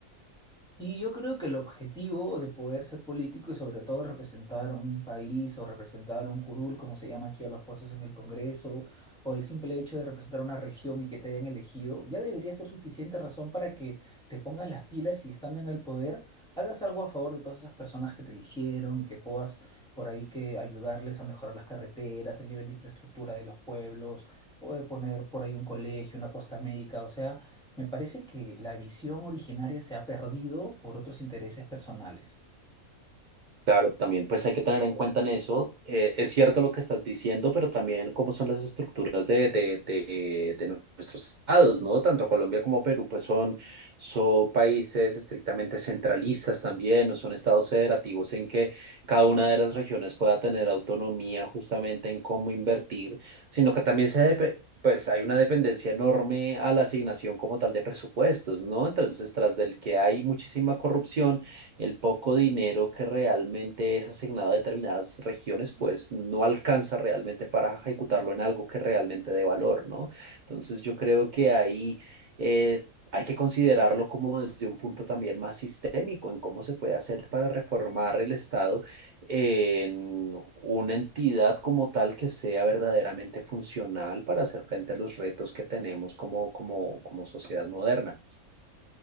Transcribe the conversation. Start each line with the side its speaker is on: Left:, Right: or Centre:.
Centre: Y yo creo que el objetivo de poder ser político y sobre todo representar un país o representar un curul, como se llama aquí a los puestos en el Congreso, o el simple hecho de representar una región y que te hayan elegido, ya debería ser suficiente razón para que te pongas las pilas y estando en el poder, hagas algo a favor de todas esas personas que te eligieron y que puedas por ahí que ayudarles a mejorar las carreteras, el nivel de infraestructura de los pueblos, poder poner por ahí un colegio, una posta médica, o sea... Me parece que la visión originaria se ha perdido por otros intereses personales.
Right: Claro, también pues hay que tener en cuenta en eso. eh, es cierto lo que estás diciendo, pero también cómo son las estructuras de, de, de, de nuestros estados, ¿no? Tanto Colombia como Perú, pues son, son países estrictamente centralistas también, no son estados federativos en que cada una de las regiones pueda tener autonomía justamente en cómo invertir, sino que también se depe- Pues hay una dependencia enorme a la asignación como tal de presupuestos, ¿no? Entonces, tras del que hay muchísima corrupción, el poco dinero que realmente es asignado a determinadas regiones, pues no alcanza realmente para ejecutarlo en algo que realmente dé valor, ¿no? Entonces yo creo que ahí... eh, hay que considerarlo como desde un punto también más sistémico en cómo se puede hacer para reformar el Estado en una entidad como tal que sea verdaderamente funcional para hacer frente a los retos que tenemos como, como, como sociedad moderna.